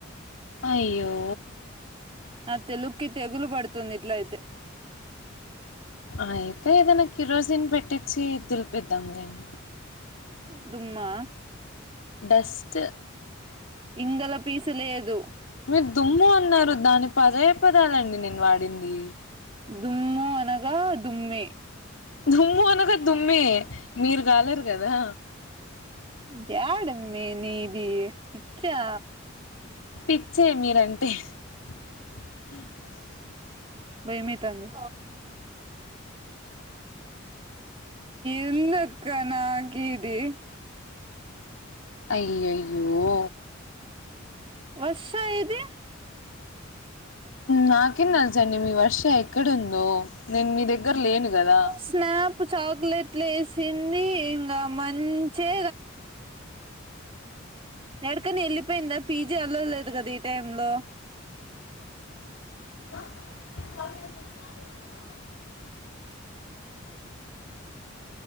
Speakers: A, on the left (about 75°); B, on the right (about 25°).
A: అయ్యో
B: నా తెలుగుకి తెగులు పడుతుంది ఇట్ల అయితే
A: అయితే ఏదైనా కిరోసిన్ పెట్టించి దులిపిద్దాంలేండి.
B: దుమ్మా
A: బెస్ట్
B: ఇంగల పీసు లేదు
A: మీరు దుమ్ము అన్నారు. దాని పదే పి పదాలండి నేను వాడింది.
B: దుమ్ము అనగా దుమ్మే
A: దుమ్ము అనగా దుమ్మే మీరు కాలేరు గాదా
B: ఇంక్యడామ్మి నీ ఏ పిచ్చా
A: పిచ్చే మీరంటే <inaudible>
B: బయమైతంది. ఎందక్క నాకు ఇది
A: అయ్యయ్యో
B: వర్ష ఇది
A: నాకేం తెలుసండి. మీ వర్ష ఎక్కడుందో నేను మీ దగ్గర లేను గదా
B: స్నాప్ చాక్లెట్లు వేసింది ఇంగా మంచే నడకని వెళ్ళిపోయిందా పీజీ అలో లేదు గాదా ఈ టైం లో
A: <inaudible>